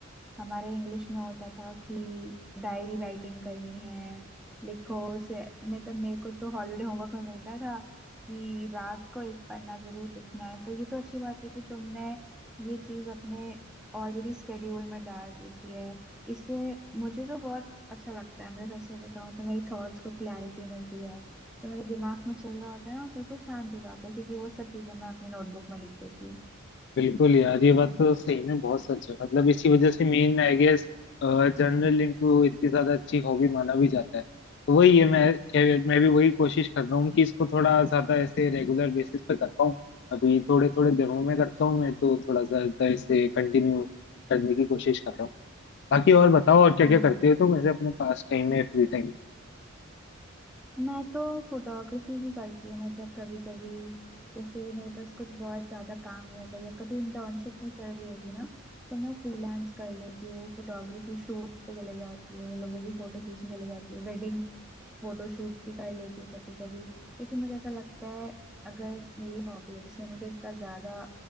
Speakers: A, in the centre; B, on the left (about 55°).
A: हमारे इंग्लिश में होता था कि डायरी राइटिंग करनी है लिखो से मतलब मेरे को तो हॉलीडे होमवर्क में मिलता था कि रात को एक पन्ना जरूर लिखना है तो ये तो अच्छी बात है कि तुमने ये चीज अपने ऑलरेडी स्केड्यूल में डाल रखी है इससे मुझे तो बहुत अच्छा लगता है मैं सच से बताऊं तो मेरी थॉट्स को क्लैरिटी मिलती है तो मेरे दिमाग में चल रहा होता है ना वो बिल्कुल शांत हो जाता है क्योंकि वो सब चीजें मैं अपनी नोटबुक में लिख देती हूँ
B: बिल्कुल यार ये बात तो सही में बहुत सच है मतलब इसी वजह से main I guess general link को इतनी ज्यादा अच्छी हॉबी माना भी जाता है तो वही है मैं खैर, मैं भी वही कोशिश कर रहा हूँ कि इसको थोड़ा ज्यादा ऐसे रेगुलर बेसिस पे कर पाऊँ अभी थोड़े थोड़े दिनों में करता हूँ मैं तो थोड़ा सा इसे कंटिन्यू करने की कोशिश कर रहा हूँ बाकी और बताओ और क्या
A: हम्म।
B: क्या करते हो तुम ऐसे अपने पास टाइम में फ्री टाइम
A: मैं तो फोटोग्राफी भी करती हूँ मतलब कभी कभी जैसे मेरे पास कुछ बहुत ज्यादा काम नहीं होता या कभी इंटर्नशिप नहीं चल रही होती ना तो मैं फ्रीलांस कर लेती हूँ फोटोग्राफी शूट्स पे चले जाती हूँ लोगों की फोटो खींचने चले जाती हूँ वेडिंग फोटो शूट भी कर लेती हूँ कभी कभी क्योंकि मुझे ऐसा लगता है अगर मेरी हॉबी है जिसमें मुझे इतना ज्यादा